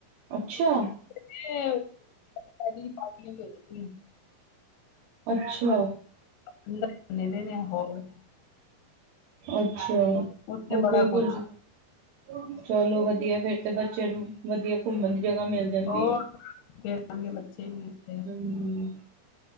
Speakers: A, on the right (about 85°); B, on the left (about 80°).
A: ਅੱਛਾ!
B: ਤੇ ਪਾਰਟੀਆਂ ਵੀ <unintelligible>
A: ਅੱਛਾ।
B: <unintelligible> ਨੇ ਹੋਰ
A: ਅੱਛਾ,
B: ਉੱਥੇ
A: ਹੋਰ
B: ਬੜਾ
A: ਕੋਈ <unintelligible>
B: ਕੁਛ
A: ਚਲੋ ਵਧੀਆ, ਫੇਰ ਤੇ ਬੱਚੇ ਨੂੰ ਵਧੀਆ ਘੁੰਮਣ ਦੀ ਜਗਾ ਮਿਲ ਜਾਂਦੀ
B: ਹੋਰ
A: ਏ।
B: ਖੇਡਣਗੇ ਬੱਚੇ ਵੀ ਉੱਥੇ।
A: ਹੂੰ,